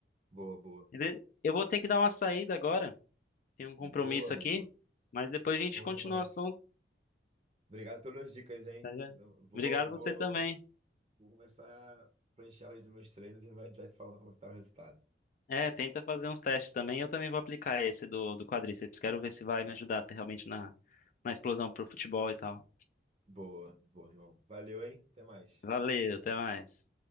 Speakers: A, on the right (about 30°); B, on the left (about 45°).
A: Boa, boa.
B: Beleza? eu vou ter que dar uma saída agora tem um
A: Boa,
B: compromisso
A: amigo.
B: aqui mas depois a gente
A: Bom
B: continua
A: demais.
B: o assunto
A: Obrigado pelas dicas, hein?
B: tá? gente?
A: Eu Vou,
B: Obrigado você
A: vou,
B: também
A: vou começar a preencher elas dos meus treinos e a gente vai falando como é que tá o resultado.
B: É, tenta fazer uns testes também. Eu também vou aplicar esse do, do quadríceps. Quero ver se vai me ajudar realmente na, na explosão pro futebol e tal.
A: Boa, boa, irmão. Valeu, hein? Até mais.
B: Valeu, até mais.